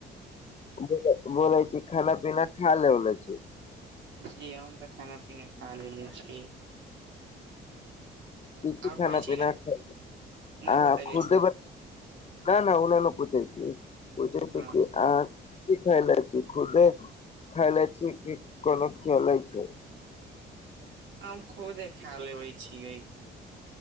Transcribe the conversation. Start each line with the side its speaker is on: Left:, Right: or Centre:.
Left: बोले बोला छी खाना-पिना खाए लेवला छी?
Right: जी हम तऽ खाना-पीना खाए लेलै छी।
Left: की-की
Right: आओर
Left: खाना-पीना
Right: कहै छी ने
Left: खा
Right: न
Left: अहां
Right: बतैले
Left: खुद्दे
Right: छी
Left: ब नै-नै ओन्हेईये पुछै छी, पूछे
Right: हँ
Left: छी कि आहां की खएले छी खुदे खा लै छी की कोनो <unintelligible> छै?
Right: हम खूदे खै लेबे छियै।